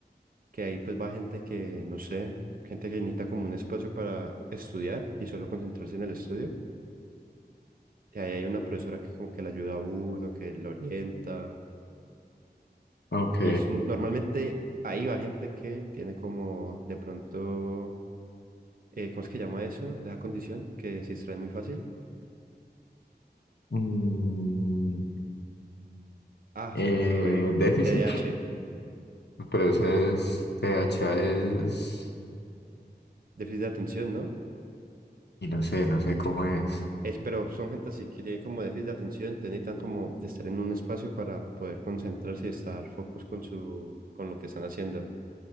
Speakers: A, on the right; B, on the left.
A: que ahí pues va gente que, no sé, gente que necesita como un espacio para estudiar y solo concentrarse en el estudio. Y ahí hay una profesora que como que le ayuda a uno, que le orienta.
B: ok.
A: Y s- normalmente ahí va gente que tiene como de pronto, eh, ¿cómo es que llama eso? De esa condición que se distrae muy fácil.
B: Mm,
A: Ah,
B: Eh,
A: se me fue.
B: déficit,
A: T D A H
B: pero ese es THA es...
A: déficit de atención, ¿no?
B: Y no sé, no sé cómo es.
A: Es, pero son gente así, que tienen como déficit de atención, entonces necesitan como estar en un espacio para poder concentrarse y estar focus con su, con lo que están haciendo.